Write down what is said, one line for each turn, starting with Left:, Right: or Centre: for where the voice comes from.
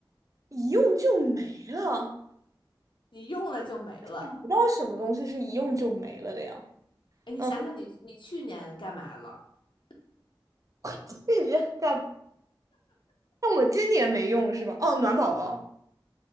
Right: 一用就没了，
Left: <laughs> 你用了就没了。
Right: 找不到什么东西是一用就没了的呀。
Left: 哎，你想想你你去年干嘛了？
Right: 嗯，
Left: <coughs>
Right: 这你在，但我今年没用是吧？哦，暖宝宝，